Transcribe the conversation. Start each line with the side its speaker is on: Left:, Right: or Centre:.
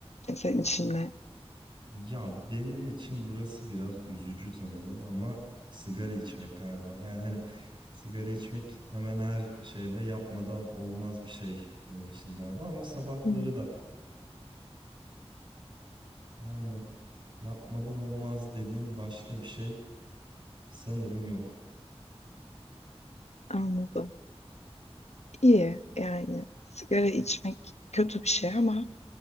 Left: E, Senin için ne?
Right: Ya benim için burası biraz üzücü sanırım ama sigara içmek galiba. Yani hani sigara içmek hemen her şeyde yapmadan olmaz bir şey benim için galiba ama sabahları
Left: Hı.
Right: da yani yapmadan olmaz dediğim başka bir şey sanırım yok.
Left: Anladım. İyi yani sigara içmek kötü bir şey ama